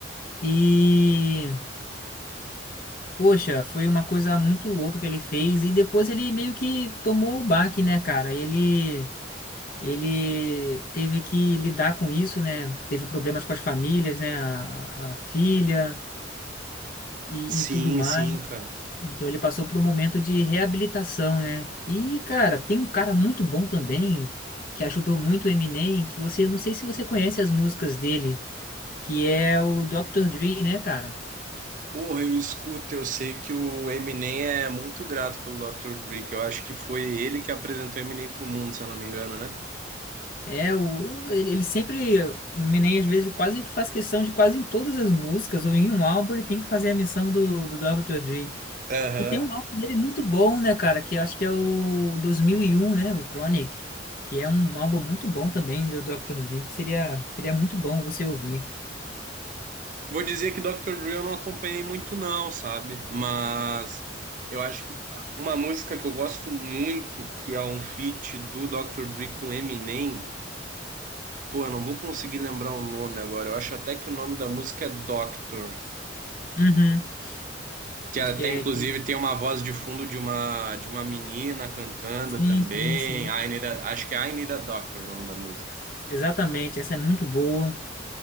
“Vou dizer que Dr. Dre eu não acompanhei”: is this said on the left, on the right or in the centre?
Right